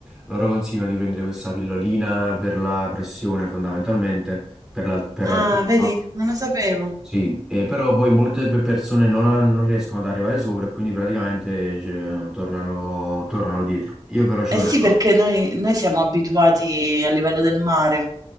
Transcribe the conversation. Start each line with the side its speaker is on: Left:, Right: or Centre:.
Centre: loro consigliano di prendere questa pillolina per la pressione fondamentalmente, per la, per
Right: Ah,
Centre: l'altitudine.
Right: vedi, non lo sapevo.
Centre: Sì, e però poi molte pe- persone non, han- non riescono ad arrivare sopra e quindi praticamente cioè, tornano, tornano dietro. Io però ci
Right: Eh
Centre: vorrei
Right: sì,
Centre: provare.
Right: perché noi noi siamo abituati a livello del mare.